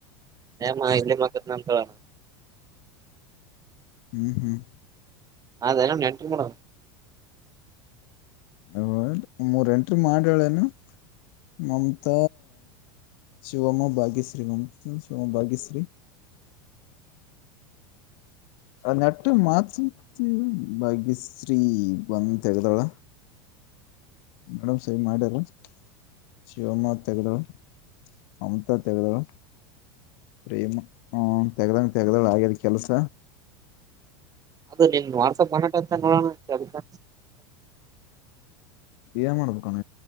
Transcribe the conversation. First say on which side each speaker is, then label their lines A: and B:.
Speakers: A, on the right; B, on the left.
A: ಮಾಯೆ ಮಕ್ಕತ್ನಲೇನಾ
B: ಹ್ಮ್ ಹ್ಮ್
A: ಅದ ನ ಎಂಟ್ರಿ ಮಾಡ
B: ಹ ಮೂರ್ ಎಂಟ್ರ ಮಾಡಳೇನು ಮಮತ ಶಿವಮ್ಮ ಭಾಗ್ಯಶ್ರೀ ಮ ಶಿವಮೋ ಭಾಗ್ಯಶ್ರೀ ಅ ನೆಟ್ಟ ಮಾತ್ ಭಾಗ್ಯಶ್ರೀ ಬಂದ ತಗದಾಳ ಮೇಡಮ್ ಸರಿ ಮಾಡ್ಯಾರ ಶಿವಮ ತಗಾಳ ಮಮತಾ ತಗದಾಳ ಪ್ರೇಮ ಹ ತೆಗ್ದಂಗ ತೆಗ್ದಳ ಆಗ್ಯದ ಕೆಲ್ಸ
A: ಅದು ನಿನ್ ವಾಟ್ಸಪ್ ಮಾಡಂತ ನೋಡೋಣಷ್ಟ
B: ಏ ಮಾಡಬೇಕು ಕಣ